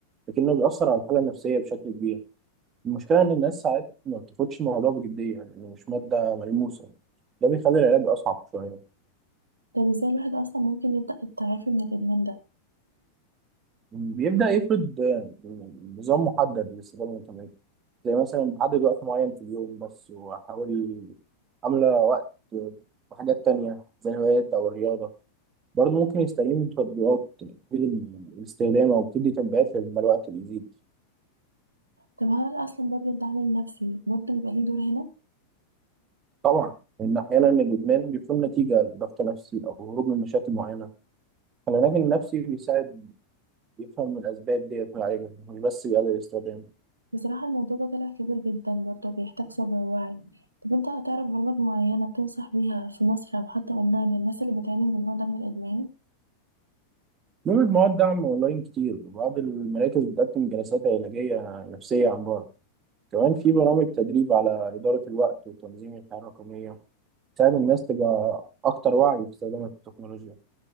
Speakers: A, on the right; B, on the right.
A: لكنه بيأثر على الحالة النفسية بشكل كبير المشكلة إن الناس ساعات ما بتاخدش الموضوع بجدية لأنه مش مادة ملموسة ده بيخلي العلاج أصعب شوية
B: طب ازاي الواحد أصلا ممكن يبدأ التعافي من الإدمان ده؟
A: بيبدأ يفرض آه، نظام محدد للاستفادة من الإنترنت زي مثلا بحدد وقت معين في اليوم بس وأحاول أملى وقت بحاجات تانية زي الهوايات أو الرياضة برضه ممكن يستعين بتطبيقات تفيد الاستخدام أو بتدي تنبيهات لما الوقت بيزيد
B: طب هل أصلا برضو الدعم النفسي برضو بيبقى ليه دور هنا؟
A: طبعا إن أحيانا الإدمان بيكون نتيجة لضغط نفسي أو هروب من مشاكل معينة العلاج النفسي بيساعد يفهم الأسباب ديت ويعالجها مش بس يقلل الاستخدام
B: بصراحة الموضوع ده طلع كبير جدا برضه بيحتاج صبر ووعي طب انت هتعرف برامج معينة بتنصح بيها في مصر أو حتى أونلاين للناس اللي بتعاني من النوع ده من الإدمان؟
A: بيعمل مواد دعم أونلاين كتير وبعض المراكز بتقدم جلسات علاجية نفسية عن بعد كمان في برامج تدريب على إدارة الوقت وتنظيم الحياة الرقمية تساعد الناس تبقى أكتر وعي في استخدام التكنولوجيا